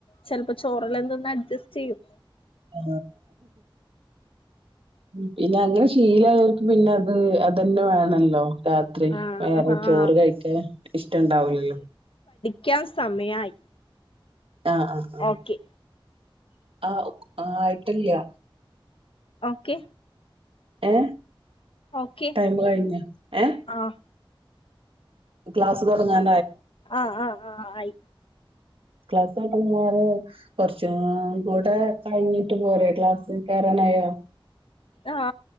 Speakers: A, on the left; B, on the right.
A: ചെലപ്പോ ചോറെല്ലാം തിന്ന് അഡ്ജസ്റ്റ് ചെയ്യും
B: ആ മ് പിന്നെ അങ്ങനെ ശീലായവർക്ക് പിന്നെ അത് അതന്നെ വേണല്ലോ രാത്രി
A: ആഹ്
B: വേറെ
A: ആഹ്
B: ചോറ്
A: ആഹ്
B: കഴിക്കാൻ ഇഷ്ട്ടൊണ്ടാവില്ലല്ലോ
A: ക്കാൻ സമയായി
B: ആ ആ ആ
A: ഓക്കെ
B: ആ ആയിട്ടില്ല
A: ഓക്കെ
B: ഏ
A: ഓക്കെ
B: ടൈമ് കഴിഞ്ഞു ഏ
A: ആഹ്
B: ക്ലാസ് തുടങ്ങാൻ
A: ആഹ് ആഹ് ആഹ് ആയി
B: ക്ലാസ് നടന്നക്കാറ് കുറച്ചും കൂടെ കഴിഞ്ഞിട്ട് പോരെ ക്ലാസ്സ് കയറാനായോ
A: ആഹ